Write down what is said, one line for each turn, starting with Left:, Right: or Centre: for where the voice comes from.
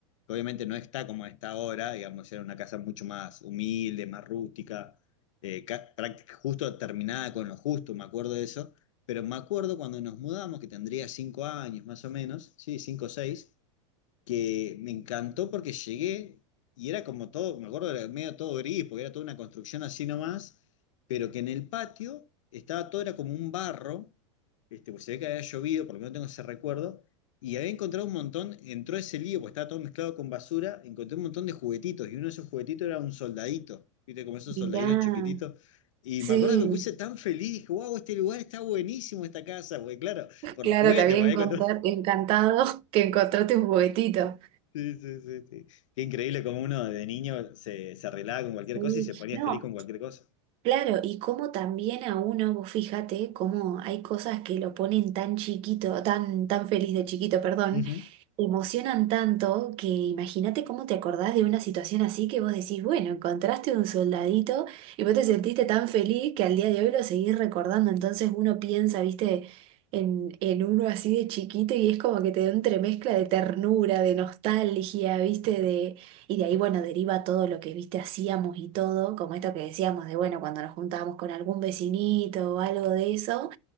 Left: que obviamente no está como está ahora, digamos, era una casa mucho más humilde, más rústica, eh, ca- práct- justo terminada con lo justo, me acuerdo de eso. Pero me acuerdo cuando nos mudamos, que tendría cinco años más o menos, sí, cinco o seis que me encantó porque llegué y era como todo, me acuerdo, era medio todo gris, porque era toda una construcción así nomás, pero que en el patio estaba todo, era como un barro, este, pues se ve que había llovido, porque no tengo ese recuerdo, y había encontrado un montón, entró ese lío, porque estaba todo mezclado con basura, encontré un montón de juguetitos, y uno de esos juguetitos era un soldadito, viste, como esos
Right: Mirá.
Left: soldaditos chiquititos. Y
Right: Sí,
Left: me acuerdo que me puse tan feliz, dije, wow, este lugar está buenísimo, esta casa, porque claro, por
Right: Claro,
Left: los juguetes,
Right: te había
Left: porque
Right: encontrar-
Left: ahí encontré-
Right: encantado <laughs> que encontraste un juguetito.
Left: Sí, sí, sí, sí. Qué increíble como uno de niño se, se arreglaba con cualquier
Right: Sí,
Left: cosa y se ponía
Right: no,
Left: feliz con cualquier cosa.
Right: Claro, y como también a uno, vos fíjate, cómo hay cosas que lo ponen tan chiquito, tan, tan feliz de chiquito, perdón,
Left: Ujú.
Right: emocionan tanto que imagínate cómo te acordás de una situación así que vos decís, bueno, encontraste un soldadito y vos te sentiste tan feliz que al día de hoy lo seguís recordando. Entonces uno piensa, viste, en, en uno así de chiquito y es como que te da un entremezcla de ternura, de nostalgia, viste, de y de ahí, bueno, deriva todo lo que, viste, hacíamos y todo, como esto que decíamos de, bueno, cuando nos juntábamos con algún vecinito o algo de eso.